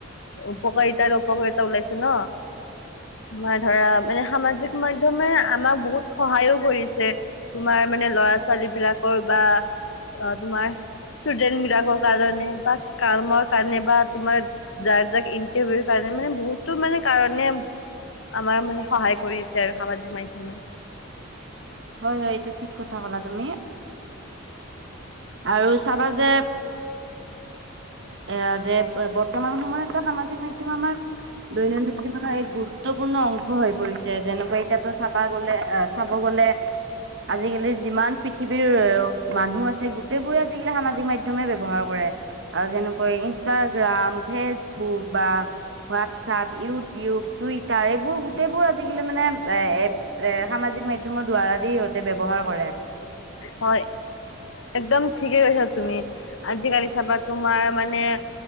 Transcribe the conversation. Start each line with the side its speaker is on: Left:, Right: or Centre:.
Left: উপকাৰিতা আৰু অপকাৰিতা ওলাইছে ন? তোমাৰ ধৰা মানে সামাজিক মাধ্য মে আমাক বহুত সহায়ো কৰিছে তোমাৰ মানে ল'ৰা ছোৱালী বিলাকৰ বা অ তোমাৰ ষ্টুডেন্ট বিলাকৰ কাৰণে বা কামৰ কাৰণে বা তোমাৰ যাৰ যাক ইন্টাৰভিউৰ কাৰণে মানে বহুতো মানে কাৰণে আমাৰ মানে সহায় কৰিছে আৰু সামাজিক মাধ্যমে।
Right: হয়, হয়। এইটো ঠিক কথা কলা তুমি। আৰু চাবা যে
Left: <inaudible>
Right: এয়া যে বৰ্তমান সময়তটো সামাজিক মাধ্যম আমাৰ দৈনন্দিন জীৱনৰ এক গুৰুত্বপূৰ্ণ অংশ হৈ পৰিছে যেনেকুৱা এতিয়াতো চাবা গলে আহ চাব গ'লে আজিকালি যিমান পৃথিৱীৰ মানুহ আছে গোটেই বোৰে আজিকালি সামাজিক মাধ্যমে ব্যৱহাৰ কৰে। আৰু যেনে। ইনষ্টাগ্ৰাম, ফেচবুক বা হোৱাটছপ, ইউটিউব। তই তাৰে এইবোৰ গোটেইবোৰ আজিকালি মানে এ এপ এ সামাজিক মাধ্যমৰ দ্বাৰা দি সিহঁতে ব্যৱহাৰ কৰে। <unintelligible>
Left: হয় একদম ঠিকে কৈছা তুমি আজিকালি চাবাত তোমাৰ মানে